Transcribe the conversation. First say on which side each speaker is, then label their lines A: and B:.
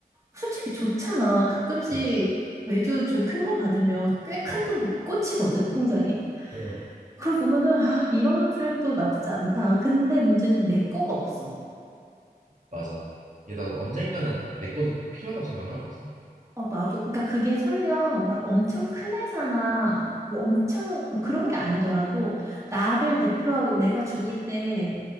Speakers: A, on the right; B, on the right.
A: 솔직히 좋잖아. 가끔씩
B: 음,
A: 외주 조큰 거 받으면 꽤 큰
B: 어,
A: 돈도 꽂히거든, 통장에.
B: 응
A: 그걸 보면은 아, 이런 삶도 나쁘지 않다. 근데 문제는 내 거가 없어.
B: 맞아. 얘 나도 언젠가는 내 거는 꼭 필요하다고 생각을 하거든.
A: 어, 나도, 그러니까 그게 설령 막 엄청 큰 회사나 뭐 엄청 뭐 그런 게 아니더라도 나를 대표하고 내가 죽을 때